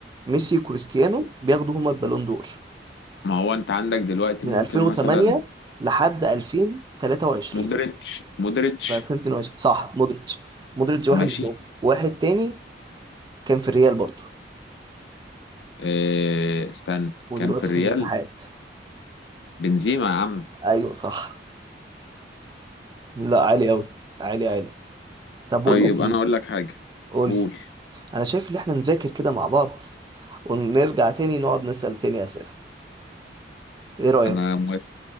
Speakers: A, on the right; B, on the left.
A: ميسي وكريستيانو بياخدوا هما البالون دور
B: ما هو انت عندك دلوقتي
A: من
B: ممكن
A: 2008
B: مثلا
A: لحد 2023
B: مودريتش مودريتش
A: ولا 2022 صح مودريتش مودريتش واحد
B: ماشي
A: منهم واحد تاني كان في الريال برضه
B: إيه. استنى
A: ودلوقتي
B: كان في الريال
A: في الاتحاد
B: بنزيما يا عم
A: ايوه صح لا عالي قوي عالي عالي طب بقول
B: طيب
A: لك ايه
B: انا اقول لك حاجه
A: قول
B: قول
A: لي انا شايف ان احنا نذاكر كده مع بعض ونرجع تاني نقعد نسأل تاني أسئلة ايه رأيك
B: انا موافق